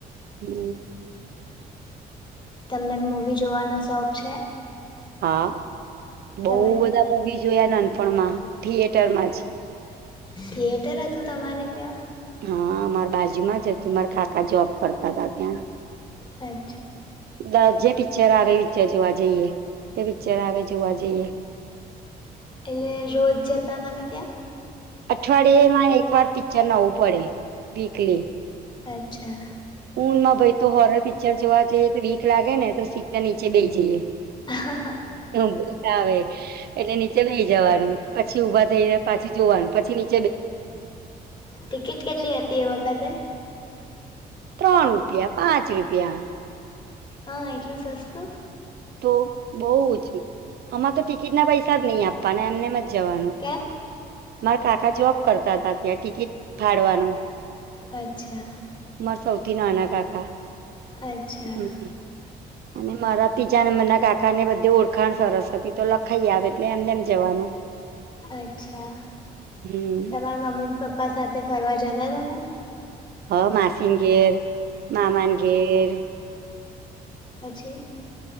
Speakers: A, on the right; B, on the left.
A: હમ.
B: તમને મૂવી જોવાનો શોખ છે?
A: હા બઉ
B: તમે
A: બધા મુવી જોયા નાનપણમાં થિયેટર માં જ.
B: થિયેટર હતું તમારે ત્યાં
A: હા અમારા બાજુમાં જ હતું મારા કાકા જોબ કરતા તા ત્યાં.
B: અ
A: બ જે પીચર આવે પીચર જોવા જઈએ. તે પિચર આવે જોવા જઈએ.
B: એટલે રોજ જતા તમે ત્યાં.
A: અઠવાડિયે માંરે એક વાર પિચર નવું પડે વીકલી.
B: અચ્છા.
A: ઉનમાં ભાઈ તો હોરર પિચર જોવા જઈએ તો બીક લાગે ને તો સીટ ના નીચે બેઈ જઈએ.
B: હા હા.
A: એ ભૂત આવે એટલે નીચે બેહી જવાનું પછી ઊભા થઈને પાછી જોવાનું પછી ની
B: ટિકિટ કેટલી હતી એ વખતે?
A: ત્રણ રૂપિયા પાંચ રૂપિયા.
B: હા એટલું જ સસ્તું?
A: તો બહુ ઓછી, આમાં તો ટિકિટ ના પૈસા જ નહી આપવાના એમનેમ જ જવાનું.
B: કેમ
A: મારા કાકા જોબ કરતા હતા ત્યાં ટિકિટ ફાળવાનું.
B: અચ્છા
A: મારા સૌથી નાના કાકા,
B: અચ્છા
A: હમ. અને મારા ત્રીજાં મરના કાકા ને બધે ઓળખાણ સરસ હતી તો લખાઈ આવે એટલે એમને એમ જવાનું.
B: અચ્છા,
A: હમ
B: તમાર મમ્મી પપ્પા સાથે જદા તમે?
A: હ માસીન ઘેર, મામાન ઘેર.
B: પછી?